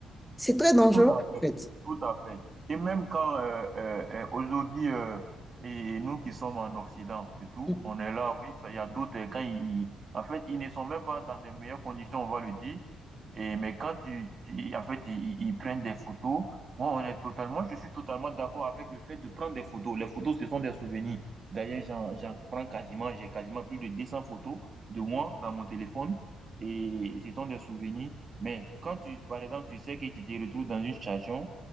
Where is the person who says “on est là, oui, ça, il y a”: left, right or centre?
Right